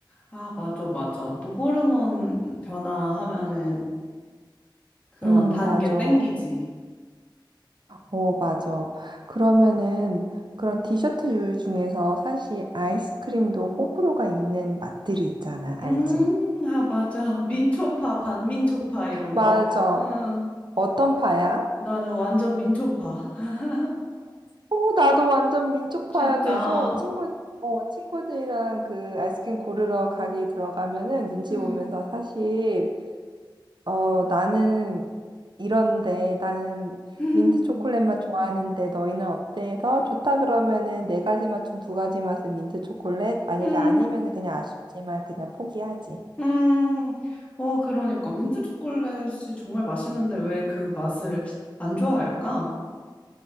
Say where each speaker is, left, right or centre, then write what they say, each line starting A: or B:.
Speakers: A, on the left; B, on the right.
A: 아, 맞아, 맞아. 또 호르몬 변화하면은 그런
B: 음,
A: 단
B: 맞아.
A: 게 땡기지.
B: 어, 맞아. 그러면은 그런 디저트 요리 중에서 사실 아이스크림도 호불호가 있는 맛들이 있잖아. 알지?
A: 음, 아, 맞아. 민초파, 반민초파 이런
B: 맞아.
A: 거. 응,
B: 어떤 파야?
A: 나는 완전 민초파. <laughs>
B: 어, 나도 완전 민초파야.
A: 진짜.
B: 그래서 친구, 어, 친구들이랑 그 아이스크림 고르러 가게 들어가면은 눈치
A: 응.
B: 보면서 사실, 어, 나는 이런데, 나는
A: <laughs>
B: 민트 초콜릿 맛 좋아하는데 너희는 어때? 해서 좋다 그러면은 네 가지 맛 중 두 가지 맛은 민트 초콜릿? 만약에
A: 음,
B: 아니면은 그냥 아쉽지만 그냥 포기하지.
A: 음. 어, 그러니까. 민트 초콜릿이 정말 맛있는데 왜 그 맛을 안 좋아할까?